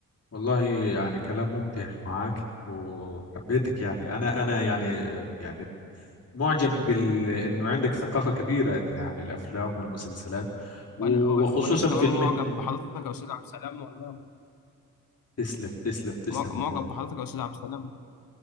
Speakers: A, on the left; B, on the left.
A: والله يعني كلام ممتع معك وحبيتك يعني انا انا يعني يعني معجب بال انه عندك ثقافة كبيرة عن الافلام والمسلسلات وخصوصا
B: وانا وانا كمان
A: في
B: معجب
A: من
B: بحضرتك يا استاذ عبد السلام والله
A: تسلم تسلم تسلم
B: مع- معجب
A: يا أخونا
B: بحضرتك يا أستاذ عبد السلام